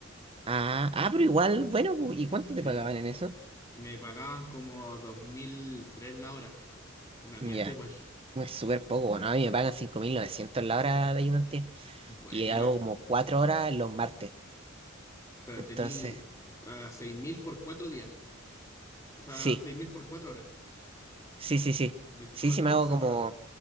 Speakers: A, on the right; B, on the left.
A: Ah, ah, pero igual, bueno, pu, ¿y cuánto
B: Sí.
A: te pagaban en eso?
B: Me pagaban como 2003 la hora. Una
A: Ya,
B: mierda igual.
A: es súper poco, bueno A mí me pagan 5.900 la hora de ayudante
B: Buena.
A: y hago como cuatro horas los martes.
B: Pero
A: Entonces,
B: tení a 6.000 por 4 días. O sea,
A: sí,
B: 6.000 por 4 horas.
A: sí, sí, sí.
B: 24
A: Sí, sí, me
B: por
A: hago
B: semana.
A: como,